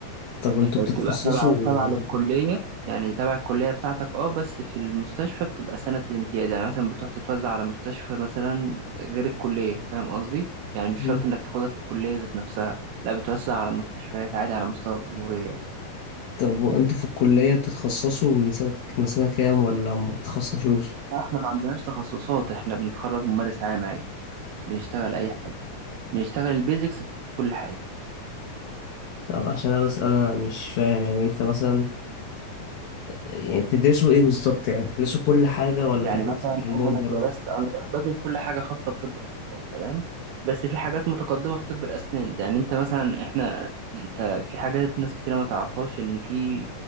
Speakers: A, on the left; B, on the right.
A: طب وانتوا
B: بتبقى
A: بتتخصصوا
B: تبع تبع للكلية يعني تبع الكلية بتاعتك اه بس في المستشفى بتبقى سنة الامتياز يعني مثلا بتروح تتوزع على مستشفى مثلا غير الكلية فاهم قصدي يعني مش
A: أمم.
B: شرط انك تاخدها في الكلية ذات نفسها لا بتوزع على مستشفيات عادي على مستوى الجمهورية يعني.
A: طب وانتوا في الكلية بتتخصصوا من سنة من سنة كام ولا ما بتتخصصوش
B: احنا ما عندناش تخصصات احنا بنتخرج ممارس عام عادي بنشتغل اي حاجه بنشتغل البيزكس في كل حاجه
A: طب عشان انا بس انا مش فاهم يعني انت مثلا يعني بتدرسوا ايه بالظبط يعني بتدرسوا كل حاجة ولا
B: يعني
A: في حاجات
B: مثلا
A: بتتعلموها
B: انا
A: من
B: لو
A: بره
B: درست انا درست بدرس كل حاجه خاصه بطب الاسنان تمام بس في حاجات متقدمه في طب الاسنان يعني انت مثلا احنا انت في حاجات ناس كتير ما تعرفهاش ان في